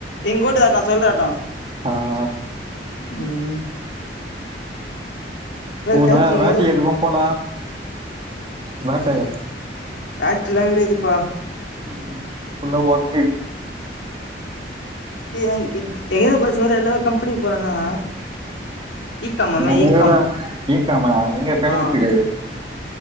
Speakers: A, on the left; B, on the right.
A: எங்க வீட்டு தான் நான் சொல்றேட்ட
B: ஆஹ்
A: உம்ஹ்
B: ஓ
A: கேட்ரிங்
B: நய வேட்டைய
A: வேற
B: எதுக்கும் போல வேட்டையா
A: ஆக்ட்லா கிடையாதுப்பா
B: உம் புல்லா ஒர்கிங்
A: எங்கேதோ பசங்க வேற எல்லா ஒரு கம்பெனிக்கு போறாங்களா இ காம் மாமா
B: எங்கடா
A: இ காம்
B: இக்கமா எங்க கனிபத்தடு
A: ஆ